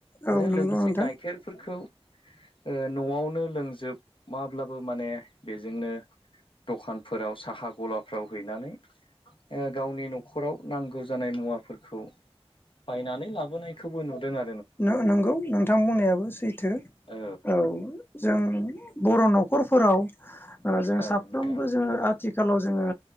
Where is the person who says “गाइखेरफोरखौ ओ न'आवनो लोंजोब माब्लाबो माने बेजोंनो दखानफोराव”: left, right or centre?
Left